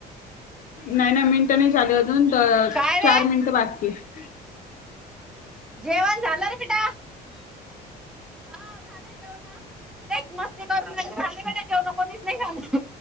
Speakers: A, on the left; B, in the centre.
A: नाही नाही मिनटं नाही झाले अजून
B: काय रे
A: चार मिनटं बाकी हाय.
B: जेवण झालं र बिटा हा झालं जेवण. ते मस्ती करूनही झालं आहे बेटा जेवण कोणीच नाही खाली.